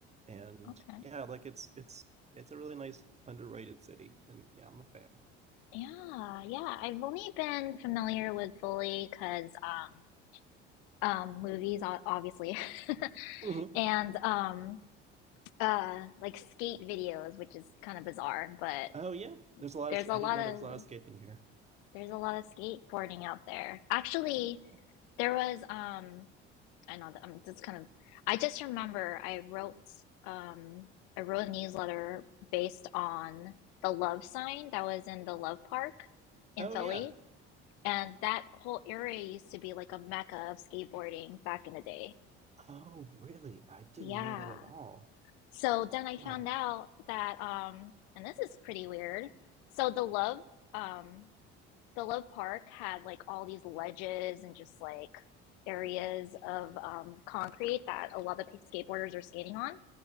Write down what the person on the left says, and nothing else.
Okay.
Yeah, yeah. I've only been familiar with Philly because um, um, movies, o- obviously, <laughs>
and um, uh, like skate videos, which is kind of bizarre, but
there's
a
lot
of
there's a lot of skateboarding out there. Actually,
there was um. I know that I'm just kind of I just remember I wrote um I wrote a newsletter based on the love sign that was in the Love Park in
Philly.
And that whole area used to be like a mecca of skateboarding back in the day.
Yeah.
So then I
found out that um and this is pretty weird. So the love um the Love Park had like all these ledges and just like areas of um, concrete that a lot of skateboarders are skating on.